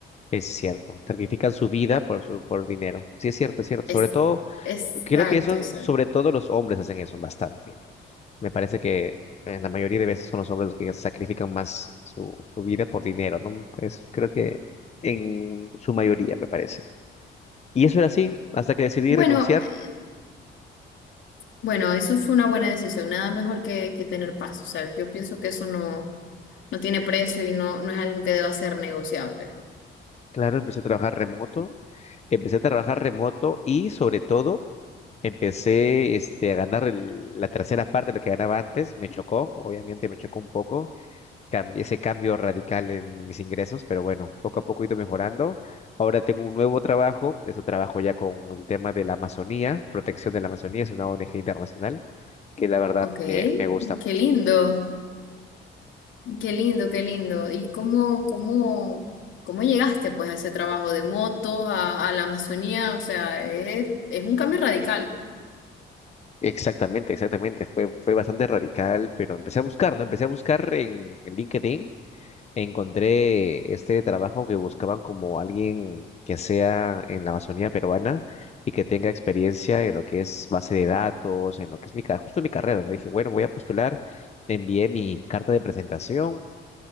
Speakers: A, on the left; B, on the left.
A: Es cierto, sacrifican su vida por su, por dinero. Sí, es cierto, es cierto.
B: Es,
A: Sobre todo
B: exacto,
A: Creo que eso,
B: exacto.
A: sobre todo los hombres hacen eso bastante. Me parece que en la mayoría de veces son los hombres los que sacrifican más su, su vida por dinero, ¿no? Pues creo que en su mayoría, me parece. Y eso era así, hasta que decidí
B: Bueno,
A: renunciar.
B: eh, bueno, eso fue una buena decisión, nada mejor que, que tener paz, o sea, yo pienso que eso no, no tiene precio y no, no es algo que deba ser negociable.
A: Claro, empecé a trabajar remoto, empecé a trabajar remoto y sobre todo empecé este, a ganar el- la tercera parte de lo que ganaba antes. Me chocó, obviamente me chocó un poco cambi- ese cambio radical en mis ingresos, pero bueno, poco a poco he ido mejorando. Ahora tengo un nuevo trabajo, es un trabajo ya con el tema de la Amazonía, protección de la Amazonía, es una ONG internacional que la verdad
B: Ok,
A: me, me gusta mucho.
B: qué lindo. Qué lindo, qué lindo. ¿Y cómo, cómo, cómo llegaste pues a ese trabajo de motos, a, a la Amazonía? O sea, es, es un cambio radical.
A: Exactamente, exactamente, fue, fue bastante radical, pero empecé a buscar, ¿no? Empecé a buscar en LinkedIn encontré este trabajo que buscaban como alguien que sea en la Amazonía peruana y que tenga experiencia en lo que es base de datos, en lo que es mi, ca- justo mi carrera, ¿no? Dije, bueno, voy a postular, envié mi carta de presentación